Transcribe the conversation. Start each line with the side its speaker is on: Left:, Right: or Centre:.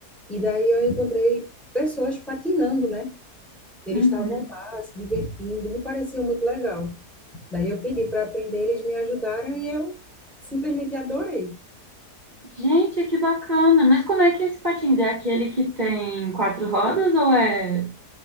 Centre: e daí eu encontrei pessoas patinando, né? Eles
Right: Uhum.
Centre: estavam lá se divertindo, me parecia muito legal. Daí eu pedi para aprender, eles me ajudaram e eu simplesmente adorei.
Right: Gente, que bacana! Mas como é que é esse patins? É aquele que tem quatro rodas ou é...